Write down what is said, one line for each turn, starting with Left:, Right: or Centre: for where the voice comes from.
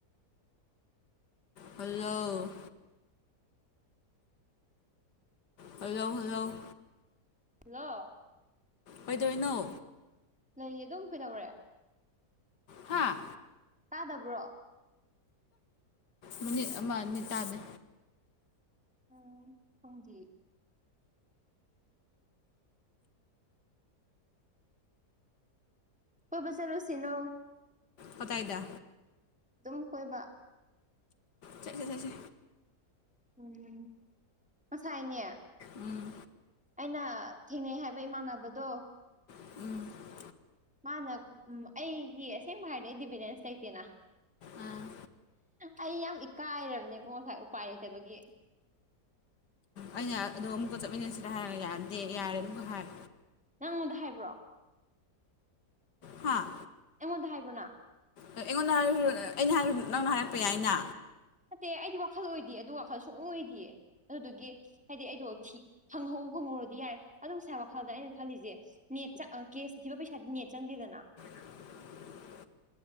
Left: hello hello hello
Centre: ꯂꯣ
Left: ꯀꯩꯗꯣꯏꯅꯣ
Centre: ꯂꯩꯌꯦ ꯑꯗꯨꯝ ꯀꯩꯗꯧꯔꯦ
Left: ꯍꯥꯥ
Centre: ꯇꯥꯗꯕ꯭ꯔꯣ
Left: ꯃꯤꯅꯤꯠ ꯑꯃ ꯑꯅꯤ ꯇꯥꯗꯦ
Centre: ꯎꯝ ꯄꯨꯡꯗꯤ ꯀꯣꯏꯕ ꯆꯠ ꯂꯨꯁꯤꯔꯣ
Left: ꯀꯗꯥꯥꯏꯗ
Centre: ꯑꯗꯨꯝ ꯀꯣꯏꯕ
Left: ꯆꯠꯁꯦ ꯆꯠꯁꯦ
Centre: ꯎꯝ ꯉꯁꯥꯏꯅꯦ
Left: ꯎꯝ
Centre: ꯑꯩꯅ ꯊꯦꯡꯅꯩ ꯍꯥꯏꯕ ꯏꯃꯥꯟꯅꯕꯗꯣ
Left: ꯎꯝ
Centre: ꯃꯥꯅ ꯑꯩꯒꯤ ꯑꯁꯦꯡꯕ ꯍꯥꯏꯔꯗꯤ ꯑꯩꯗꯤ ꯕꯦꯂꯦꯟꯁ ꯂꯩꯇꯦꯅ
Left: ꯑꯥ
Centre: ꯑꯩ ꯌꯥꯝ ꯏꯀꯥꯏꯔꯕꯅꯦꯀꯣ ꯎꯄꯥꯏ ꯂꯩꯇꯕꯒꯤ
Left: ꯑꯩꯅ ꯑꯗꯣ ꯑꯃꯨꯛꯀ ꯆꯠꯃꯤꯟꯅꯁꯤꯗ ꯍꯥꯏꯔꯒ ꯌꯥꯗꯦ ꯌꯥꯔꯦ ꯑꯃꯨꯛꯀ ꯍꯥꯏ
Centre: ꯅꯪꯉꯣꯟꯗ ꯍꯥꯏꯕ꯭ꯔꯣ
Left: ꯍꯥꯥ
Centre: ꯑꯩꯉꯣꯟꯗ ꯍꯥꯏꯕꯔꯣ
Left: ꯍ ꯑꯩꯉꯣꯟꯗ <unintelligible> ꯑꯩꯅ ꯍꯥꯏꯗꯔ꯭ꯁꯨ ꯅꯪꯅ ꯍꯥꯏꯔꯛꯄ ꯌꯥꯏꯅ
Centre: ꯅꯠꯇꯦ ꯑꯩꯗꯤ ꯋꯥꯈꯜ ꯑꯣꯏꯗꯦ ꯑꯗꯨ ꯋꯥꯈꯜ ꯁꯨꯡ ꯑꯣꯏ ꯑꯣꯏꯗꯤꯌꯦ ꯑꯗꯨꯗꯨꯒꯤ ꯍꯥꯏꯗꯤ ꯑꯩꯗꯣ ꯊꯤ ꯐꯪꯕꯨ ꯐꯪꯍꯧꯔꯗꯤ ꯌꯥꯔꯦ ꯑꯗꯨ ꯉꯁꯥꯏ ꯋꯥꯈꯜꯗ ꯑꯩꯅ ꯈꯜꯂꯤꯁꯦ ꯅꯦꯠꯆ ꯀꯦꯁꯇ ꯊꯤꯕ ꯄꯩꯁꯥꯗꯤ ꯅꯦꯠ ꯆꯪꯗꯦꯗꯅ
Left: <inaudible>